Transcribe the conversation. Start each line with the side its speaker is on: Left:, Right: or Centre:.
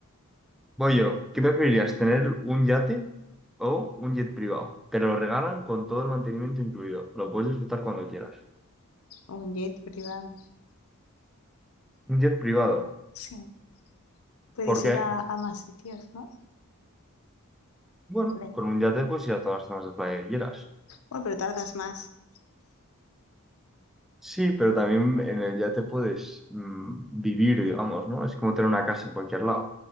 Centre: Voy yo. ¿Qué preferirías? ¿Tener un yate o un jet privado? Te lo regalan con todo el mantenimiento incluido. Lo puedes disfrutar cuando quieras.
Left: O un jet privado.
Centre: Un jet privado.
Left: Sí. Puedes
Centre: ¿Por
Left: ir
Centre: qué?
Left: a, a más sitios, ¿no?
Centre: Bueno,
Left: Creo.
Centre: con un yate puedes ir a todas las zonas de playa que quieras.
Left: Bueno, pero tardas más.
Centre: Sí, pero también en el yate puedes mm, vivir, digamos, ¿no? Es como tener una casa en cualquier lado.